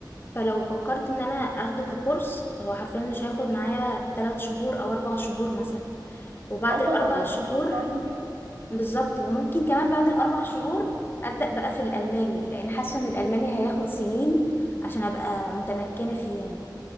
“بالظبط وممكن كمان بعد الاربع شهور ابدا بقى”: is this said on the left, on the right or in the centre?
Left